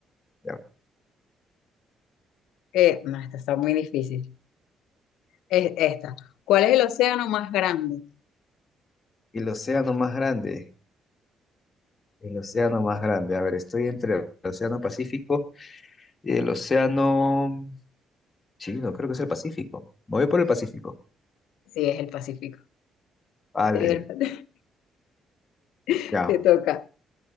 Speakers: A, on the left (about 35°); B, on the left (about 90°).
A: ¿ya?
B: Eh, no, esta está muy difícil. Es esta. ¿Cuál es el océano más grande?
A: El océano más grande. El océano más grande. A ver, estoy entre el océano Pacífico y el océano Chino, creo que es el Pacífico. Me voy por el Pacífico.
B: Sí, es el Pacífico.
A: Vale,
B: Es el- <laughs>
A: ya.
B: te toca.